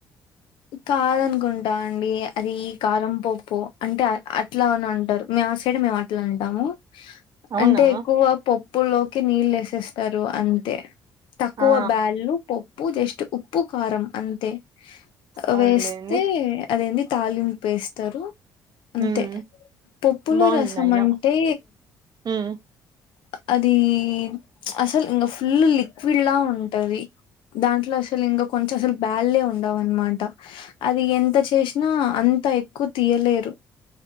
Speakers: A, on the left; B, on the right.
A: కాదనుకుంటా అండి అది కారం పప్పు అంటే అట్లా అని ఉంటారు మేం ఆసైడ్ మేము అట్లా అంటాము
B: అవునా
A: అంటే ఎక్కువ పప్పులోకి నీళ్ళు ఏసేస్తారు అంతే తక్కువ
B: ఆ
A: బ్యాళ్ళు పప్పు జస్ట్ ఉప్పు కారం అంతే
B: అవునులేండి
A: వేస్తే అదేంది తాలింపు ఎస్తారు అంతే
B: ఉమ్
A: పప్పులో
B: బాగుంది
A: రసం
B: అయినా
A: అంటే
B: ఉమ్
A: అది అసల్ ఇంగ ఫుల్ లి క్విడ్ల ఉంటది దాంట్లో అసలు ఇంకా కొంచెం అసలు బ్యాల్లే ఉండవు అనమ ట అది ఎంత చేసినా అంత ఎక్కువ తీయలేరు